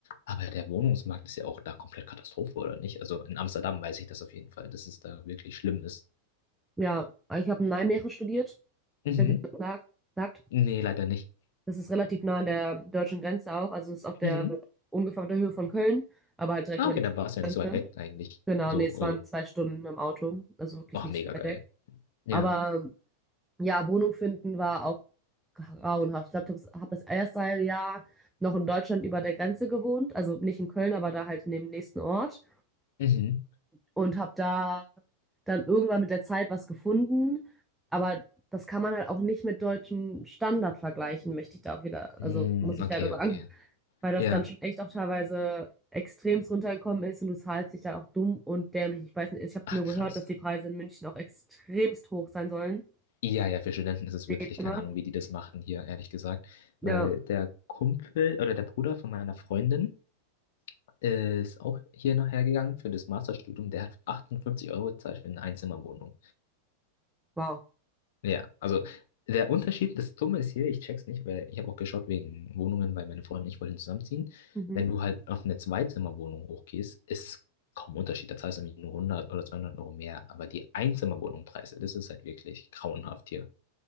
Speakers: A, on the left (about 55°); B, in the centre.
A: aber der Wohnungsmarkt ist ja auch da komplett Katastrophe, oder nicht? Also in Amsterdam weiß ich das auf jeden Fall, dass es da wirklich schlimm ist.
B: Ja, Ich habe in Nijmegen studiert,
A: Mhm.
B: falls ihr das sagt.
A: Nee, leider nicht.
B: Das ist relativ nah an der deutschen Grenze auch. Also es ist auf der
A: Mhm.
B: ungefähr auf der Höhe von Köln, aber halt direkt
A: Ah,
B: über
A: okay,
B: die
A: dann war es ja
B: Grenze.
A: nicht so weit weg eigentlich.
B: Genau,
A: So,
B: nee, es
A: also,
B: waren zwei Stunden im Auto, also wirklich
A: ach,
B: nicht
A: mega
B: weit
A: geil.
B: weg.
A: Ja.
B: Aber ja, Wohnung finden war auch grauenhaft. Ich glaube, ich habe das erste halbe Jahr noch in Deutschland über der Grenze gewohnt, also nicht in Köln, aber da halt in dem nächsten Ort
A: Mhm.
B: und habe da dann irgendwann mit der Zeit was gefunden, aber das kann man halt auch nicht mit deutschem Standard vergleichen, möchte ich da auch wieder,
A: Mm,
B: also muss ich
A: okay,
B: leider sagen.
A: okay.
B: weil das
A: Ja.
B: dann schon echt auch teilweise extremst runtergekommen ist und du zahlst dich dann auch dumm und dämlich. Ich weiß nicht, ich habe
A: Ach,
B: nur
A: krass.
B: gehört, dass die Preise in München auch extremst hoch sein sollen.
A: Ja, ja, für Studenten ist es
B: Hier
A: wirklich,
B: geht immer.
A: keine Ahnung, wie die das machen hier, ehrlich gesagt.
B: Ja,
A: Weil der Kumpel oder der Bruder von meiner Freundin ist auch hier nachher gegangen für das Masterstudium. Der hat 58 Euro gezahlt für eine Einzimmerwohnung.
B: wow.
A: Ja, also der Unterschied, das Dumme ist hier, ich check's nicht, weil ich habe auch geschaut wegen Wohnungen, weil meine Freundin und ich wollten zusammenziehen.
B: Mhm.
A: Wenn du halt auf eine Zweizimmerwohnung hochgehst, ist es kaum Unterschied. Da zahlst du nämlich nur hundert oder 200 Euro mehr. Aber die Einzimmerwohnungpreise, das ist halt wirklich grauenhaft hier.